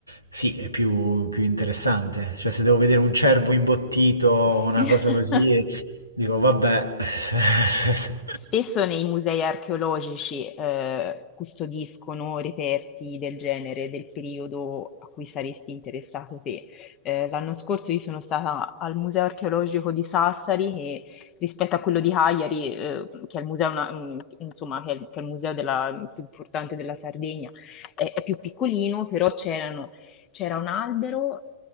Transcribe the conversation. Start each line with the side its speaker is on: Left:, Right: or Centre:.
Right: sì, è più, più interessante. Cioè, se devo vedere un cervo imbottito o
Left: <laughs>
Right: una cosa così, Dico, vabbè. <laughs>
Left: Spesso nei musei archeologici, ehm, custodiscono reperti del genere, del periodo a cui saresti interessato te. Ehm, l'anno scorso io sono stata al Museo Archeologico di Sassari che rispetto a quello di Cagliari, ehm, che è il museo na mhmm, insomma che è il che è il museo della più importante della Sardegna, è è più piccolino, però c'erano c'era un albero